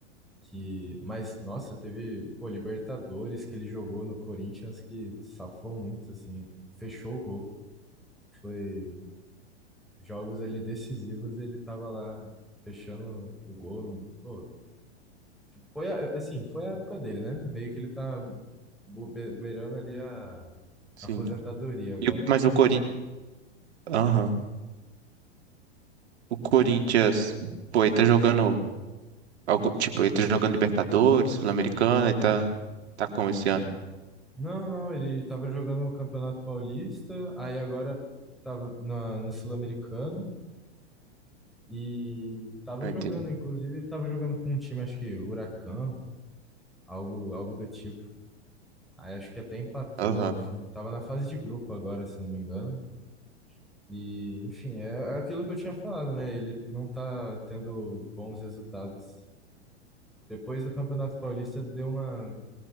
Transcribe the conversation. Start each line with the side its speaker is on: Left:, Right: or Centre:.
Centre: Que... Mas, nossa, teve, pô, Libertadores que ele jogou no Corinthians que safou muito, assim. Fechou o gol. Foi jogos ali decisivos e ele tava lá fechando o gol. Pô, foi, a- assim, foi a época dele, né? Meio que ele tá Beirando beirando ali a
Right: Sim.
Centre: aposentadoria agora.
Right: E, o- mas o Corinthians. Aham. O Corinthians. Pô, ele tá jogando. Algo, tipo, ele tá jogando Libertadores, Sul-Americana, ele tá. Tá como esse ano?
Centre: Não, não, ele tava jogando o Campeonato Paulista, aí agora tava na- no Sul-Americano e tava
Right: Ah,
Centre: jogando,
Right: entendi.
Centre: inclusive ele tava jogando com um time, acho que Huracan, algo, algo do tipo. Aí acho que até empatou,
Right: Aham.
Centre: enfim. Tava na fase de grupo agora, se não me engano. E, enfim, é, é aquilo que eu tinha falado, né? Ele não tá tendo bons resultados. Depois do Campeonato Paulista deu uma